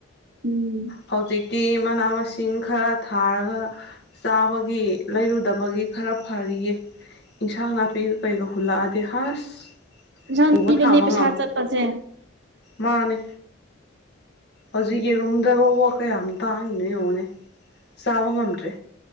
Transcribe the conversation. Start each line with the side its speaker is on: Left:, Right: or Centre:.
Right: ꯎꯝ
Left: ꯍꯧꯖꯤꯛꯇꯤ ꯃꯅꯥ ꯃꯁꯤꯡ ꯈꯔ ꯊꯥꯔꯒ ꯆꯥꯕꯒꯤ ꯂꯩꯔꯨꯗꯕꯒꯤ ꯈꯔ ꯐꯔꯤꯌꯦ ꯏꯟꯁꯥꯡ ꯅꯥꯄꯤꯒ ꯀꯩꯒ ꯍꯨꯜꯂꯛꯑꯗꯤ ꯍꯁ
Right: ꯏꯟꯁꯥꯡ
Left: ꯄꯨꯕ
Right: ꯅꯥꯄꯤꯗꯅꯦ
Left: ꯊꯥꯝꯕ
Right: ꯄꯩꯁꯥ
Left: ꯉꯝꯃꫭ
Right: ꯆꯠꯄꯁꯦ
Left: ꯃꯥꯅꯦ ꯍꯧꯖꯤꯛ ꯌ‌ꯦꯔꯨꯝꯗ ꯐꯥꯎꯕ ꯀꯌꯥꯝ ꯇꯥꯡꯉꯤꯅꯣ ꯌꯦꯡꯉꯣꯅꯦ ꯆꯥꯕ ꯉꯝꯗ꯭ꯔꯦ